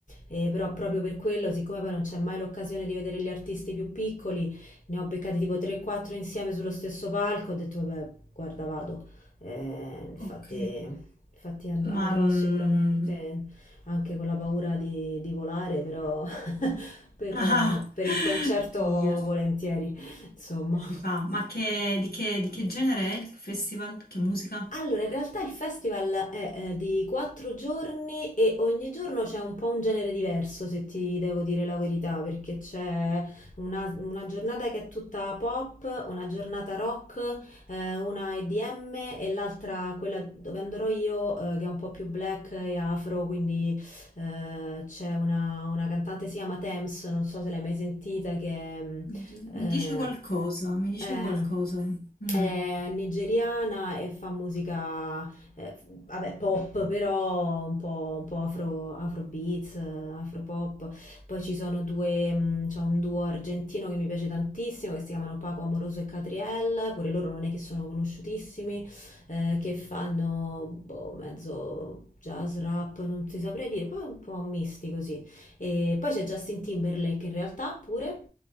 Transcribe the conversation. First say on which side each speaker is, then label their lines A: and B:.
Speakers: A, on the left; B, on the left.
A: eh, però proprio per quello, siccome poi non c'è mai l'occasione di vedere gli artisti più piccoli, ne ho beccati tipo 3-4 insieme sullo stesso palco, ho detto vabbè, guarda, vado. Eh, infatti,
B: Ok,
A: infatti and- andrò
B: ma mm,
A: sicuramente anche con la paura di, di volare, però <laughs> per,
B: <laughs> ah,
A: eh, per il concerto
B: ahia,
A: volentieri, insomma.
B: si fa. Ma che- di che, di che genere è il festival? Che musica?
A: Allora, in realtà il festival è, eh, di quattro giorni e ogni giorno c'è un po' un genere diverso, se ti devo dire la verità, perché c'è una, una giornata che è tutta pop, una giornata rock, eh, una EDM e l'altra, quella dove andrò io, eh, che è un po' più black e afro, quindi eh, c'è una, una cantante, si chiama Thames, non so se l'hai mai sentita, che è, mm,
B: Oddio, Mi
A: eh,
B: dice qualcosa, mi dice
A: eh,
B: qualcosa. Mm.
A: è nigeriana e fa musica, eh, vabbè, pop, però un po', un po' afro, afrobeats, eh, afropop. Poi ci sono due, mh, c'è un duo argentino che mi piace tantissimo, che si chiamano Paco Amoroso e Catriel, pure loro non è che sono conosciutissimi, eh, che fanno boh, mezzo jazz, rap, non ti saprei dire, poi un po' misti così. E poi c'è Justin Timberlake in realtà pure.